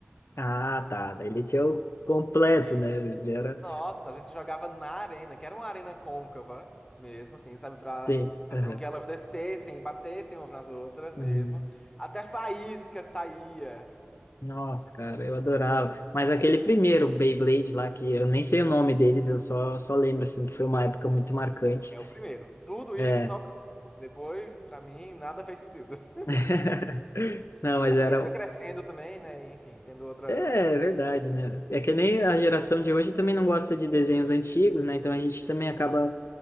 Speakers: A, on the left; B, on the left.
A: Ah, tá. Daí Ele tinha o completo,
B: Sim.
A: né? Ele era.
B: Nossa, a gente jogava na arena, que era uma arena côncava mesmo, assim, sabe?
A: Sim.
B: Pra fazer
A: aham.
B: com que elas descessem e batessem umas nas outras
A: Uhum.
B: mesmo. Até faísca saía.
A: Nossa, cara, eu adorava. Mas aquele primeiro Beyblade lá, que eu nem sei o nome deles, eu só, só lembro, assim, que foi uma época muito marcante.
B: É o primeiro. Tudo isso
A: É,
B: só o primeiro. Depois, pra mim, nada fez sentido. <laughs>
A: <laughs> Não, mas
B: Até
A: era.
B: porque a gente foi crescendo também, né? E, Enfim, tendo outras.
A: É, é verdade, né? É que nem a geração de hoje também não gosta de desenhos antigos, né? Então a gente também acaba